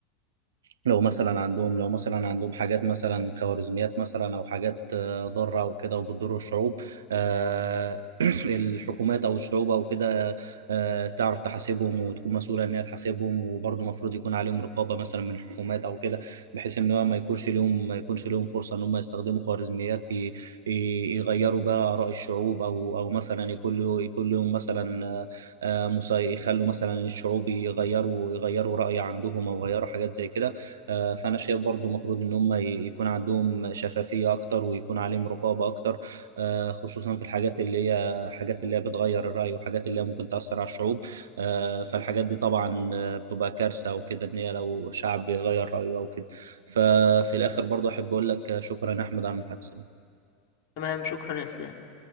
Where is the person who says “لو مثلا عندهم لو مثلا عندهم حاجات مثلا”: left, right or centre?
Right